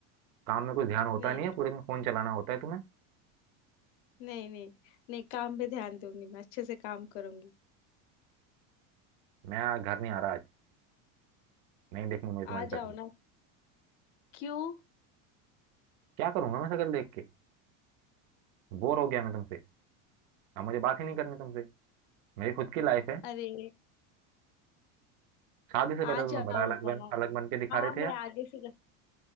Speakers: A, on the right; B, on the left.
A: काम में कुछ ध्यान होता
B: नहीं
A: नहीं
B: नहीं
A: है पूरे दिन फोन चलाना होता है तुम्हें
B: नहीं नहीं नहीं काम पे ध्यान दूंगी मैं अच्छे से काम करूंगी
A: मैं आज घर नहीं आ रहा आज नहीं देखनी मुझे तुम्हारी
B: आ जाओ
A: शक्ल
B: ना क्यों
A: क्या करूंगा मैं शक्ल देख के बोर हो गया मैं तुमसे अब मुझे बात ही नहीं करनी तुमसे मेरी खुद की लाइफ है
B: अरे
A: शादी से पहले
B: आ
A: तो तुम
B: जाओ
A: बड़ा अलग
B: बाबा
A: बन अलग बन के दिखा
B: हाँ
A: रहे
B: मैं
A: थे यार
B: आगे से